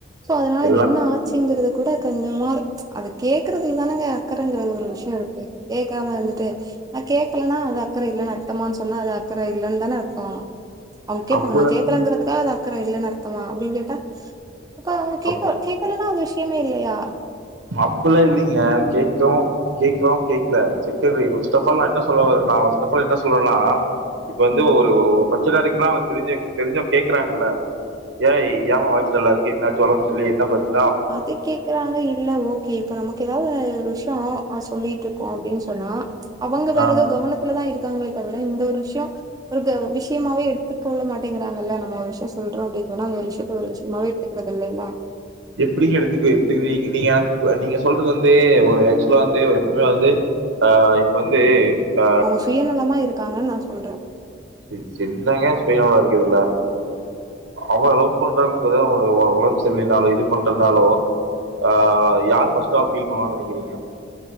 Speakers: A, on the right; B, on the right.
A: சோ அதனால
B: எல்லாம்
A: என்ன ஆச்சிங்குறத கூட கொஞ்சமா ப்ச் அது கேக்குறதுலதானங்க அக்கறங்கற ஒரு விஷயொ இருக் கு கேக்காம இருந்துட்டு நா கேக்கலன்னா அது அக்கற இல்லனு அர்த்தம்மானு சொன்னா அது அக் க்கற இல்லனு தான அர்த்தோ அவுங்க கேப்பாங்க
B: அப்போதான்
A: நா கேக்கலங்றதுக்காக அக்கற இல்லன்னு அர்த்தமா அப்டின் கேட்டா அப்ப அவுங்க கேக்க
B: அப்-
A: கேக்கலன்னா ஒரு விஷயமே இல்லயா
B: அப்டில்லா இல்லலைங்க கேக்குறோ கேக்றோ கேக்கல செகண்ட்ரி ஃபஸ்ட் அப் ஆல் நா என்ன சொல்ல வறே நா ஃபஸ்ட் அப் ஆல் என்ன சொல்றனா இப்ப வந்து
A: ம்
B: ஒரு ஒரு ஒ பிரச்சன இருக்குனா அவ தெரிஞ்சே தெரிஞ்சும் கேக்குறாங்கல்ல ஏய் ஏமா வாய்ஸ் டல்லா இருக்கு என்னாச்சு ஒடம்பு சரியில்ல என்ன பிரச்
A: அது கேக்குறாங்க இல்ல ஓக் கே இப்ப நமக்கு எதாவது ஒரு விஷ்யோ ஆ சொல்லிட்டுருக்கோ அப்டின்னு சொன்னா அவங்க
B: ஆ
A: வேற எதோ கவனத்துல தா இருக்காங்களே தவி ர இந்த ஒரு விஷ்யோ <unintelligible> விஷ்யமாவே எடுத்துக்கொள்ள மாட்டேங்கிறாங்கல்ல நம்ம ஒரு விஷ்யோ சொ சொல்றோ அப்டி சொன்னா அந்த ஒரு விஷ்யத்த ஒரு விஷ்யமாவே எடுத் த்துக்குறது இல்லல்லா
B: எப்டிங்க எடுத்துக்க எடுத்துக்க நீங் நீங்க நீங்க சொல்றது வந்து ஒரு ஆக்சுவலா வந்து இப்ப வந்து ஆஹ் இப்ப வந்து ஆ
A: அவுங்க சுயநலமா இருக்காங்கன் நா சொல்றே
B: செரி செர் என்னங்க சுயநலோருக்கு இதுல்ல அவள லவ் பண்றவங்ளுக்கு பாத்தீங்கனா ஒ ஒ ஒடம்ப் சர்ல்லனாலோ இது பண்றதுனாலோ ஆஹ் யார் ஃபர்ஸ்ட்டா ஃபீல் பண்ணுவாங்கனு நெனைக்கிறீங்க